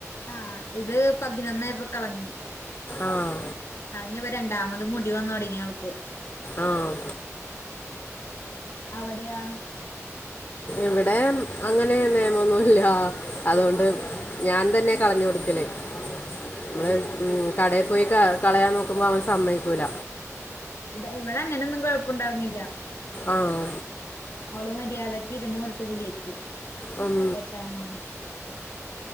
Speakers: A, on the left; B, on the left.
A: ആഹ് ഇത് പതിനൊന്നായപ്പൊ കളഞ്ഞ്.
B: ആഹ്.
A: കളഞ്ഞിപ്പൊ രണ്ടാമതും മുടി വന്നു തൊടങ്ങി ആൾക്ക്.
B: ആഹ്
A: അവിടെയാ?
B: ഇവിടെ അങ്ങനെ നിയമൊന്നുല്ല അതോ ണ്ട് ഞാൻ തന്നെ കളഞ്ഞു കൊടുക്കല് നമ്മള് ഉം കടേ പോയി ക കളയാൻ നോക്കുമ്പോ അവൻ സമ്മയിക്കൂല
A: ഇതാ ഇവിടെ അങ്ങനൊന്നും കുഴപ്പു ണ്ടാർ ന്നില്ല
B: ആണോ
A: അവള് മര്യാദക്ക് ഇരുന്ന് കൊടുത്ത് പുള്ളിക്ക്
B: ഉം,
A: വെട്ടാൻ വന്നാ